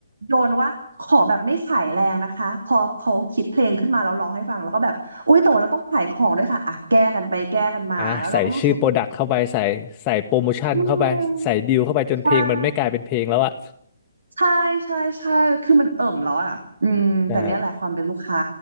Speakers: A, on the right (about 85°); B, on the left (about 25°).
A: โยนว่าขอแบบไม่ขายแรงนะคะพอเขาคิดเพลงขึ้นมาแล้วร้องให้ฟังแล้วก็แบบอุ้ยแต่ว่าเราต้องขายของด้วยค่ะอ่ะแก้กันไปแก้กันมาแล้วเราก็รู้สึกว่า
B: อ่ะใส่ชื่อโปรดักต์เข้าไปใส่ใส่โปรโมชั่นเข้าไปใส่ดีลเข้าไปจนเพลงมันไม่กลายเป็นเพลงแล้วอะ
A: อืมใช่ใช่ใช่ใช่คือมันเอิ่มแล้วอ่ะอืมแต่เนี่ยแหละความเป็นลูกค้า
B: ใช่